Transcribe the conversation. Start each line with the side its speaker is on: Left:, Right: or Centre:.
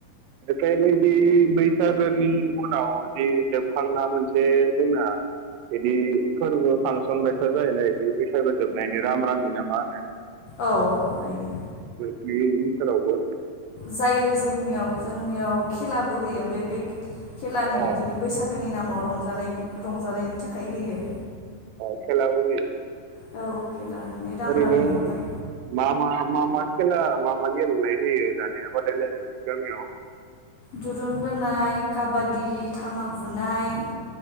Right: बेनिफ्राय नैबे बैसागोनि उनाव जि जोबखांना मोनसे जोंना बिदि फोरबो फांसन बायसा जायोना बिदि बैसागो जोबनायनि राम रामि ना मा होनो।
Left: औ जायो।
Right: बियो इनसालावबो
Left: जायो जोंनियाव जोंनियाव खेलाबो होयो ओमफाय बे खेलानि
Right: अ
Left: इदिनो बैसाग जोनि नामाव रंजानाय रंजानायनि थाखाय होयो।
Right: अ खेलाबो होयो।
Left: औ। खेला होनानै राम
Right: ओरैनो
Left: रामियाव ओमफ्राय
Right: मा मा मा मा खेला मा मा गेलेनाय होयो दानिया बादायलायनायाव नोंसोरनि गामियाव
Left: दुरुं बोनाय काबादि थामा बुनाय